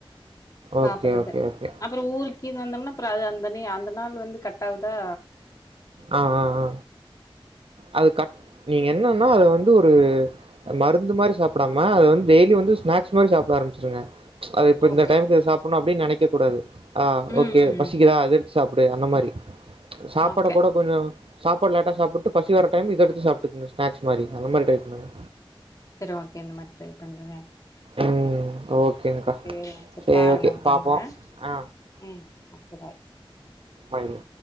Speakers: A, on the left; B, on the right.
A: சாப்பரது
B: ஓகே, ஓகே, ஓகே.
A: அப்பறோ ஊருக்கி வந்தோம்னா த்ர அது அந்த நீ அந்த நாள் வந்து கட்டாவுதா
B: ஆ ஆ ஆ அது கட் நீங்க என்னன்னா அது வந் வந்து ஒரு மருந்து மாரி சாப்டாம அத வந்து டெய்லி வந்து ஸ்நக்ஸ் மாரி சாப்ட ஆரம்பிச்சிருங்க அது இப்ப
A: ஓகே
B: இந்த டைம்க்கு சாப்ட்ணு அப்டின் நனைக் க்க கூடாது ஆ
A: ம்
B: ஓகே
A: ம் ம்
B: பசிக்குதா அது சாப்டு அந்த மாரி சாப்
A: ஓகே
B: கூட கூட கொஞ்சோ சாப்பாடு லட்டா சாப்பிட்டு பசி வர டைம் இதடுத்து சாப்டுகங்க ஸ்நக்ஸ் மாரி அந்த மாரி ட்ரை பண்ணுங்க
A: சரி ஓகே இந்த மாரி ட்ரை பண்றன
B: ம். ஓகேங்க்கா.
A: ம் சேரி டா சேரி
B: சரி
A: பாரு
B: ஓகே.
A: நா பண்றே
B: பாப்போம். ஆ
A: ம் ஓகே பாய்
B: பாய்க